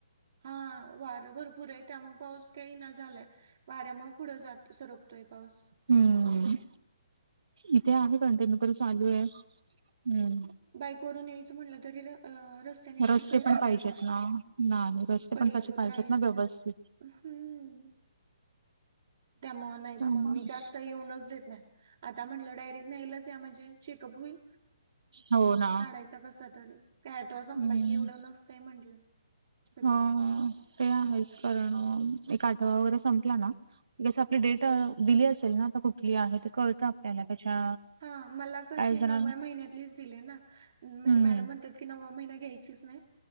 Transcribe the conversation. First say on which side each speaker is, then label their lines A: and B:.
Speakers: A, on the right (about 25°); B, on the right (about 80°).
A: हा वारं भरपूर आहे त्यामुळे पाऊस काहीही ना झाला. वाऱ्या मुळ पुढं जात सरकतोय पाऊस.
B: हम्म इथे आहे कंटिन्यू तररी चालू आहे हम्म.
A: बाईक वरून यायचं म्हटलं तरी आ रस्त्याने यायची
B: रस्ते
A: सोय राहिल्या
B: पण पाहिजेत
A: का
B: ना नाही रस्ते
A: पहिल्यागत
B: पण तसे पाहिजेत
A: राहिलच
B: ना व्यवस्थित
A: नाही. हम् त्यामूळ नाईत
B: त्यामुळे
A: म मी जास्त स्त इयऊनच देत नाई, आता म्हंटलं डायरेक्ट न्यायलाच या म्हणजे चेकअप होईल.
B: हो ना
A: हे कस तरी काय आठवा संपला
B: हम्म
A: की, एवढं नसतंय म्हंटले सगळे.
B: हो ते आहेच, कारण एक आठवा वगैरे संपला ना तेच आपली डेट दिली असेल ना, आता कुठली आहे तर कळतं आपल्याला त्याच्या
A: हा मला कशी
B: काय जणांना
A: नवव्या महिन्यातलीच दिलीय ना म्हणजे
B: हम्म
A: मॅडम म्हणतात की नववा महिना घ्यायचीच नाही,